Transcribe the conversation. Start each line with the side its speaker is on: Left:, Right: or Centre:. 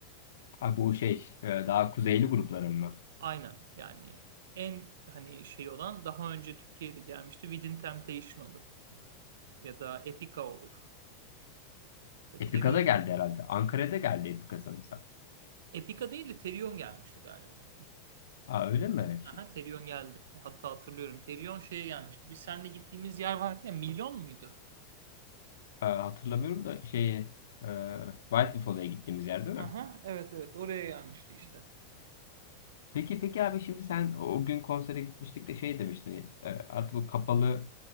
Left: Ha, bu şey e, daha kuzeyli grupların mı?
Right: Aynen. Yani en hani şey olan daha önce Türkiye'de gelmişti. Within Temptation olur. Ya da Epica olur. E,
Left: Epica'da
Right: Therion
Left: geldi
Right: olur.
Left: herhalde. Ankara'da geldi Epica sanırsam.
Right: Epica değil de Therion gelmişti galiba.
Left: Ha, öyle mi?
Right: Aha
Left: Şey-
Right: Therion geldi. E, Hatta hatırlıyorum. Therion şeye gelmişti. Biz seninle gittiğimiz yer vardı ya. Milyon muydu?
Left: e, hatırlamıyorum da şeyi e, White Buffalo'ya gittiğimiz yer değil
Right: Aha
Left: mi?
Right: evet evet oraya gelmişti işte.
Left: Peki peki abi şimdi sen o gün konsere gitmiştik de şey demiştin. e, artık bu kapalı